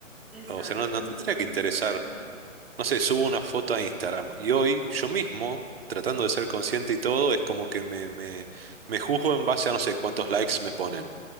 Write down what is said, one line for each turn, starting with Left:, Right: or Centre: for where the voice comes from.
Centre: exacto,
Right: O sea, no, no
Centre: o
Right: te
Centre: sea,
Right: tendría
Centre: tienes
Right: que interesar
Centre: toda la razón,
Right: no sé, subo una foto a Instagram y hoy yo mismo, tratando de ser consciente y todo, es como que me, me, me juzgo en base a no sé cuántos likes me ponen.